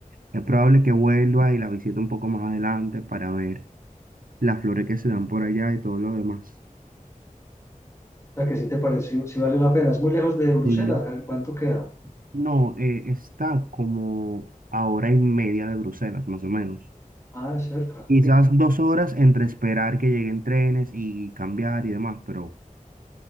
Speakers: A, on the right (about 80°); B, on the left (about 20°).
A: es probable que vuelva y la visite un poco más adelante para ver las flores que se dan por allá y todo lo demás.
B: O sea, que sí te pareció, sí vale la pena. Es muy lejos de Bruselas,
A: Sí.
B: ¿a ver, ¿cuánto queda?
A: No, eh, está como a hora y media de Bruselas, más o menos.
B: Ah, es cerca.
A: Quizás dos horas entre esperar que lleguen trenes y cambiar y demás, pero,